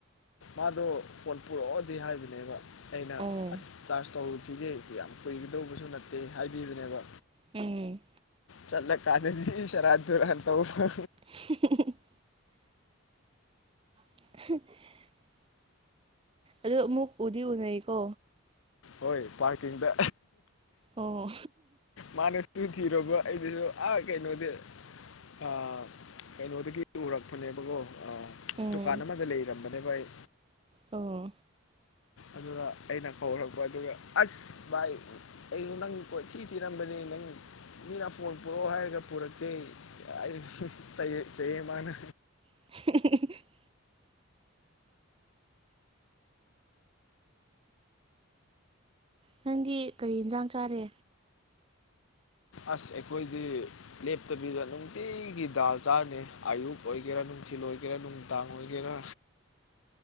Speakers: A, on the left; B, on the right.
A: ꯃꯥꯗꯣ ꯐꯣꯟ ꯄꯨꯔꯛꯑꯣꯗꯤ ꯍꯥꯏꯕꯅꯦꯕ ꯑꯩꯅ
B: ꯑꯣ
A: ꯑꯁ ꯆꯥꯔꯖ ꯇꯧꯔꯨꯈꯤꯒꯦ ꯌꯥꯝ ꯀꯨꯏꯒꯗꯧꯕꯁꯨ ꯅꯠꯇꯦ ꯍꯥꯏꯕꯤꯕꯅꯦꯕ
B: ꯎꯝ
A: ꯆꯠꯂ ꯀꯥꯟꯗꯗꯤ ꯁꯦꯔꯥꯟ ꯇꯨꯔꯥꯟ ꯇꯧꯕ
B: <unintelligible> <unintelligible> ꯑꯗꯣ ꯑꯃꯨꯛ ꯎꯗꯤ ꯎꯅꯩꯀꯣ
A: ꯍꯣꯏ ꯄꯥꯔꯀꯤꯡꯗ
B: ꯑꯣ
A: ꯃꯥꯅ <inaudible> ꯊꯤꯔꯨꯕ ꯑꯩꯗꯨꯁꯨ ꯑꯥ ꯀꯩꯅꯣꯗꯤ ꯑꯥ ꯀꯩꯅꯣꯗꯒꯤ ꯎꯔꯛꯄꯅꯦꯕꯀꯣ ꯑꯥ
B: ꯎꯝ
A: ꯗꯨꯀꯥꯟ ꯑꯃꯥꯗ ꯂꯩꯔꯝꯕꯅꯦꯕ ꯑꯩ
B: ꯑꯣ
A: ꯑꯗꯨꯗ ꯑꯩꯅ ꯀꯧꯔꯛ ꯄ ꯑꯗꯨꯒ ꯑꯁ ꯚꯥꯏ ꯑꯩꯅꯣ ꯅꯪ ꯀꯣꯊꯤ ꯊꯤꯔꯝꯕꯅꯦ ꯅꯪ ꯃꯤꯅ ꯐꯣꯟ ꯄꯨꯔꯛꯑꯣ ꯍꯥꯏꯔꯒ ꯄꯨꯔꯛꯇꯦ ꯑꯩꯁꯨ ꯆꯩ ꯆꯩꯌꯦ ꯃꯥꯅ
B: <unintelligible> ꯅꯪꯗꯤ ꯀꯔꯤ ꯏꯟꯖꯥꯡ ꯆꯥꯔꯦ
A: ꯑꯁ ꯑꯩꯈꯣꯏꯗꯤ ꯂꯦꯞꯇꯕꯤꯗ ꯅꯨꯡꯇꯤꯒꯤ ꯗꯥꯜ ꯆꯥꯔꯅꯦ ꯑꯌꯨꯛ ꯑꯣꯏꯒꯦꯔꯥ ꯅꯨꯡꯊꯤꯟ ꯑꯣꯏꯒꯦꯔꯥ ꯅꯨꯡ ꯗꯥꯡ ꯑꯣꯏꯒꯦꯔ